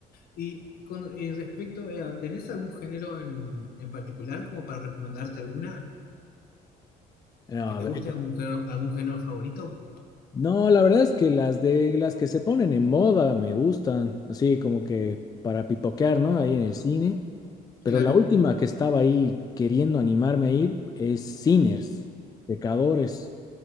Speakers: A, on the left (about 65°); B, on the left (about 20°).
A: Y con eh, respecto a, ¿tenés algún género en, en particular como para recomendarte alguna
B: A
A: que te
B: ver,
A: guste, algún género, algún género favorito?
B: No, la verdad es que las de las que se ponen en moda me gustan, así como que para pipoquear, ¿no? Ahí en el cine. Pero
A: Claro.
B: la última que estaba ahí queriendo animarme a ir es Sinners, Pecadores,